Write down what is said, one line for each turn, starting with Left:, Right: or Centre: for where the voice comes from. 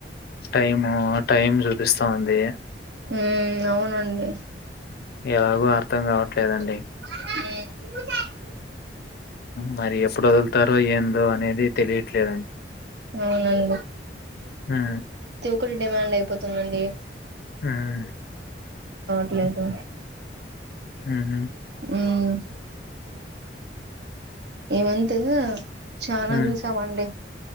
Left: టైము టైం చూపిస్తా వుంది.
Right: ఉమ్ అవునండి
Left: ఎలాగో అర్థం కావట్లేదండి
Right: మ్
Left: మరి ఎప్పుడు వదులుతారో ఏందో అనేది తెలియట్లేదండి
Right: అవునండి
Left: హు
Right: ఫుల్ డిమాండ్ అయిపోతుందండి
Left: మ్
Right: ట్లేదు
Left: ఉహు
Right: మ్ ఇ మంతు చానా
Left: హ్మ్.
Right: చూసామండి